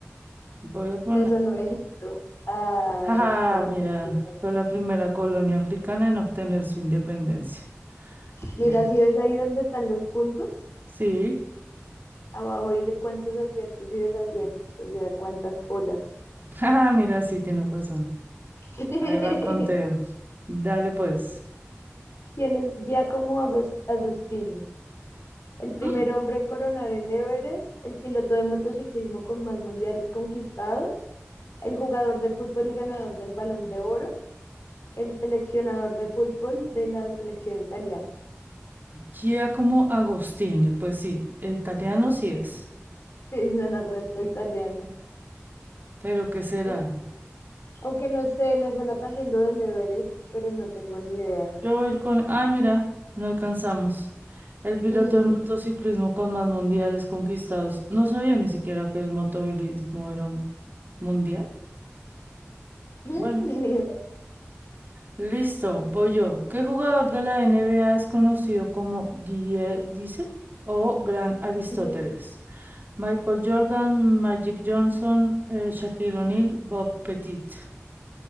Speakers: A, on the right; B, on the left.
A: Voy a poner...
B: Me sonó Egipto. Ay,
A: <laughs> Jaja,
B: Colombia.
A: mira,
B: qué tal.
A: fue la primera colonia africana en obtener su independencia.
B: Mira,
A: Mira.
B: si ves ahí dónde están los puntos,
A: Sí.
B: abajo dice cuántos aciertos y desaciertos, o sea, cuántas polas.
A: <laughs> Ah, mira, sí, tienes razón.
B: <laughs> ¿Quién
A: Ahí va el conteo. Dale, pues.
B: es Giacomo Agos- Agostini? El primer
A: Mm,
B: hombre en coronar el Everest, el piloto de motociclismo con más mundiales conquistados, el jugador de fútbol y ganador del Balón de Oro, el seleccionador de fútbol de la selección italiana.
A: Giacomo Agostini, pues sí, italiano sí es.
B: Sí, suena resto italiano.
A: Pero ¿qué será?
B: Au- Aunque no sé, me suena también lo del Everest, pero no tengo ni idea.
A: Yo voy a ir con... Ah, mira, no alcanzamos. El piloto
B: No,
A: de motociclismo con más mundiales conquistados. No sabía ni siquiera que el motovilismo era un mundial.
B: <laughs> ni
A: Bueno,
B: idea.
A: listo, voy yo. ¿Qué jugador de la NBA es conocido como Die Diesel o Gran Aristóteles?
B: Dicen,
A: Michael Jordan, Magic Johnson, eh, Shaquille O'Neal, Bob Pettit.